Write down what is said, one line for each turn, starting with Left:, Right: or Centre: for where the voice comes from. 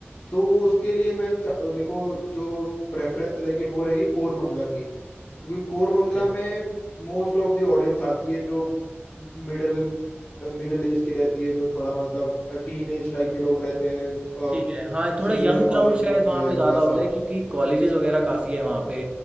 Left: तो वो उसके लिए मैं चा- मेरे को जो प्रेफरेंस रहेगी वो रहेगी कोरमंगला की क्योंकि कोरमंगला
Right: ओके
Left: में मोस्ट ऑफ द ऑडियंस आती है जो मिडिल मिडिल एज की रहती है जो थोड़ा मतलब टीन एज टाइप के लोग रहते हैं
Right: ठीक है हाँ थोड़ा
Left: सीनियर
Right: यंग क्राउड
Left: कॉलेज
Right: शायद
Left: में होते
Right: वहाँ
Left: हैं
Right: पे ज़्यादा
Left: वैसा
Right: होता है क्योंकि कॉलेजेस वगैरह काफ़ी है वहाँ पे